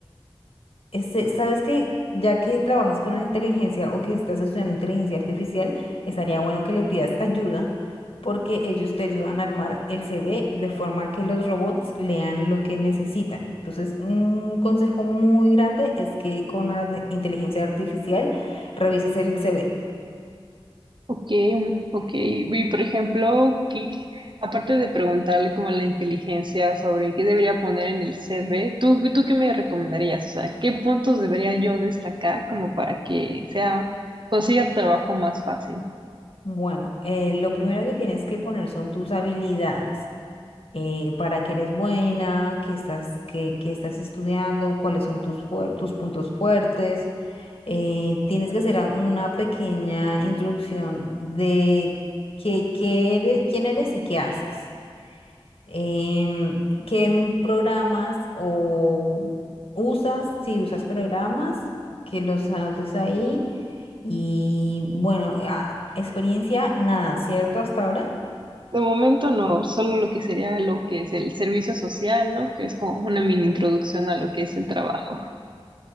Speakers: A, on the left; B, on the right.
A: este, ¿sabes que Ya que trabajas con la inteligencia o que estás estudiando inteligencia artificial, estaría bueno que le pidas ayuda porque ellos te ayudan a armar el CV de forma que los robots lean lo que necesitan. Entonces, un consejo muy grande es que con la de- inteligencia artificial revises el CV.
B: ok, um, ok. Y por ejemplo, ¿qué- aparte de preguntarle como la inteligencia sobre qué debería poner en el CV, ¿tú, tú qué me recomendarías? O sea, ¿qué puntos debería yo destacar como para que sea, consiga trabajo más fácil?
A: Bueno, eh, lo primero que tienes que poner son tus habilidades. eh, para qué eres buena, qué estás, qué, qué estás estudiando, cuáles son tus, fuer- tus puntos fuertes. eh, tienes que hacer a- una pequeña introducción de qué, qué eres- quién eres y qué haces. Em, ¿qué programas o usas? Si usas programas, que los anotes ahí. Y bueno, a- experiencia, nada, ¿cierto? Hasta ahora.
B: De momento no, solo lo que sería lo que es el servicio social, ¿no? Que es como una mini introducción a lo que es el trabajo.